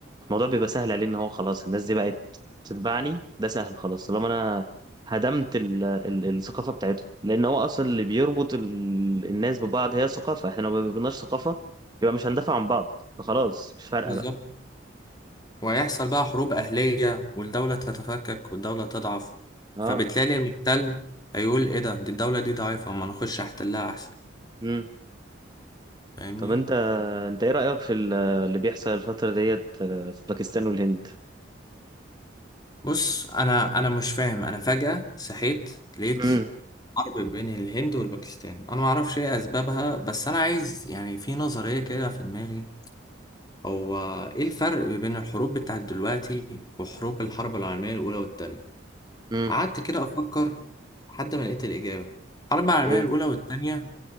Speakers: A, on the right; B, on the left.
A: الموضوع بيبقى سهل عليه إن هو خلاص الناس دي بقت تتبعني ده سهل خلاص طالما أنا هدمت ال ال الثقافة بتاعتهم لأن هو أصلا اللي بيربط ال الناس ببعض هي الثقافة إحنا لو ما بيبناش ثقافة يبقى مش هندافع عن بعض فخلاص مش فارقة
B: بالظبط
A: بقى
B: وهيحصل بقى حروب أهلية والدولة تتفكك والدولة تضعف
A: أه
B: فبالتالي المحتل هيقول إيه ده دي الدولة دي ضعيفة ما نخش أحتلها أحسن
A: مم.
B: فاهمني
A: طب أنت أنت إيه رأيك في ال- اللي بيحصل الفترة ديت آه، في باكستان والهند
B: بص أنا أنا مش فاهم أنا فجأة صحيت لقيت
A: امم
B: حرب بين الهند والباكستان أنا معرفش إيه أسبابها بس أنا عايز يعني في نظرية كده في دماغي هو إيه الفرق بين الحروب بتاعت دلوقتي وحروب الحرب العالمية الأولى والتانية
A: امم
B: قعدت كده أفكر لحد ما لقيت الإجابة الحرب العالمية
A: ايه
B: الأولى والتانية